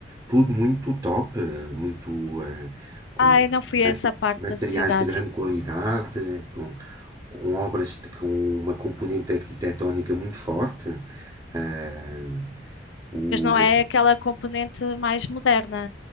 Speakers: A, on the right; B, on the left.
A: tudo muito top, ah, muito ah, com
B: Ai, não fui
A: ma-
B: a essa parte
A: materiais
B: da cidade.
A: de grande qualidade, com, com obras de, com uma componente arquitetónica muito forte. Ah, o,
B: Mas não é aquela componente mais moderna,